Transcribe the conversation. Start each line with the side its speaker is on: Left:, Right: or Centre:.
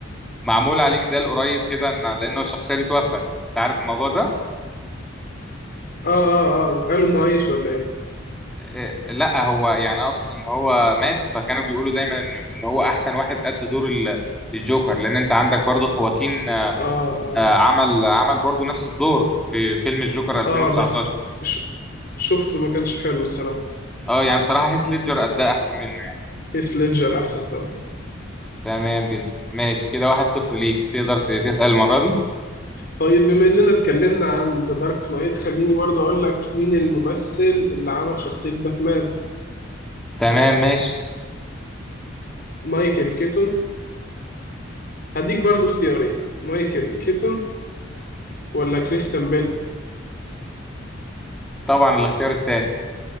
Centre: معمول عليك ده قريب كده إن- لأنه الشخصية دي توفت أنت عارف الموضوع ده
Left: اه اه اه قالوا انه عايش ولا ايه
Centre: إيه، لا هو يعني اقصد ان هو مات فكانوا بيقولوا دايما ان إن هو احسن واحد ادى دور ال- الجوكر لان انت عندك برضو خواكين
Left: اه اه
Centre: آه، عمل عمل برضو نفس الدور في فيلم الجوكر 2019
Left: اه اه بس ش... شفته ما كانش حلو الصراحه
Centre: اه يعني بصراحة هيث ليدجر اداه احسن منه يعني
Left: هيث ليدجر احسن طبعا
Centre: تمام جدا ماشي كده واحد صفر ليك تقدر ت- تسأل المرة دي
Left: طيب بما اننا اتكلمنا عن ذا دارك نايت خليني برضه اقول لك مين الممثل اللي عمل شخصيه باتمان
Centre: تمام ماشي
Left: مايكل كيتون هديك برضه اختيارين مايكل كيتون ولا كريستيان بيل
Centre: طبعا الاختيار التاني